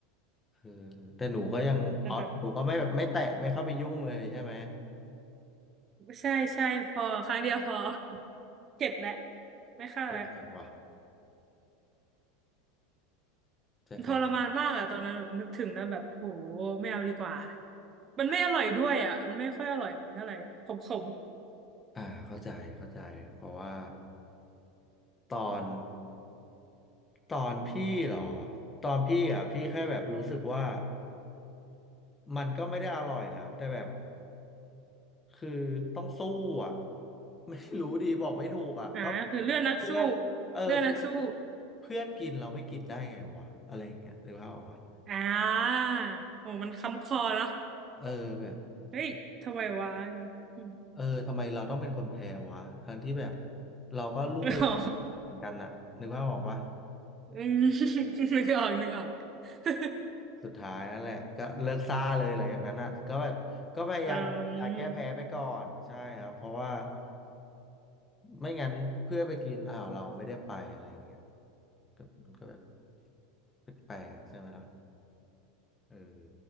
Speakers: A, on the left; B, on the right.
A: คือแต่หนูก็ยังอ๋อหนูก็ไม่แบบไม่แตะไม่เข้าไปยุ่งเลยใช่ไหม
B: โหแต่แบบ ใช่ใช่พอครั้งเดียวพอ <laughs> เข็ดแหละไม่เข้าแล้ว
A: ใจแข็งว่ะใจแข็ง
B: ทรมานมากอ่ะตอนนั้นแบบนึกถึงแล้วแบบโหไม่เอาดีกว่ามันไม่อร่อยด้วยอ่ะมันไม่ค่อยอร่อยเท่าไหร่ขม
A: อ่าเข้าใจเข้าใจเพราะว่าตอนตอนพี่เหรอตอนพี่อ่ะพี่แค่แบบรู้สึกว่า มันก็ไม่ได้อร่อยนะแต่แบบคือต้องสู้อ่ะ <laughs> ไม่รู้ดีบอกไม่ถูกอ่ะก็แบบเพื่อนเออคือ
B: ๆอ่าคือเลือดนักสู้เลือดนักสู้
A: เพื่อนกินเราไม่กินได้ไงวะอะไรอย่างเงี้ยหรือว่าพออกปะ
B: อ่าโหมันค้ำคอเนาะ
A: เออแบบ
B: เฮ้ยทำไมวะอม
A: เออทำไมเราต้องเป็นคนแพ้วะทั้งที่แบบเราก็ลูกพยายาม
B: <laughs> อ๋อ
A: เหมือนกันน่ะนึกภาพออกปะ
B: อืมนึกออกนึกออก <laughs>
A: สุดท้ายนั่นแหละก็เลิกซ่าเลยหลังจากนั้นอ่ะก็แบบก็พยายามอยากแก้แพ้ไปก่อนใช่ครับเพราะว่า
B: อืม
A: ไม่งั้นเพื่อนไปกินอ้าวเราไม่ได้ไปอะไรอย่างเงี้ยก็มันก็แบบแปลกๆใช่ไหมล่ะเออ